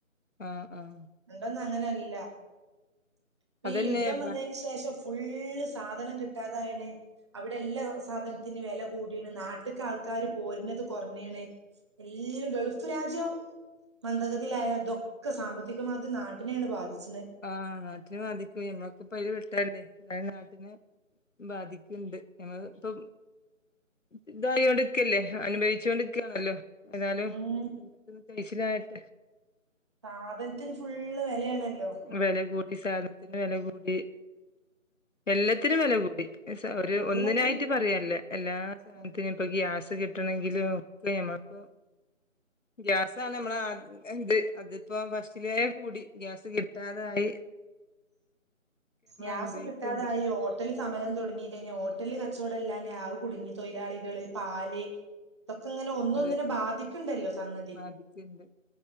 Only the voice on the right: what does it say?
പണ്ടൊന്നും അങ്ങനല്ലപ്പൊ
ഈ യുദ്ധം വന്ന ശേഷം ഫുള്ള് സാധനം കിട്ടാതായിണ് അവിടെ എല്ലാ സാധനത്തിന് വില കൂടിണ് നാട്ടക്കൾക്കാര് പോരുന്നത് കുറഞ്ഞണ്. എല്ല ഗൾഫ് രാജ്യം മന്ദഗതിയിലായ തൊക്കെ സാമ്പത്തികമാദ്യം നാട്ടിനെയാണ് ബാധിച്ചണത്.
ഉം
സാപനത്തിന് ഫുള്ള് വിലയാണല്ലോ.
എല്ലാത്തിനും
ഉം.
ഗ്യാസ്
കിട്ടാതായി. ഹോട്ടൽ സമരം തുടങ്ങി കഴിഞ്ഞ ഹോട്ടലിൽ കച്ചവടംല്ലാംഞ ആഹ് കുടുങ്ങി തൊഴിലാളികള് പാല് ഇതൊക്കെ ഇങ്ങനെ ഒന്ന്
ഒന്നിനെ ബാധിക്കണ്ടല്ലോ സംഗതി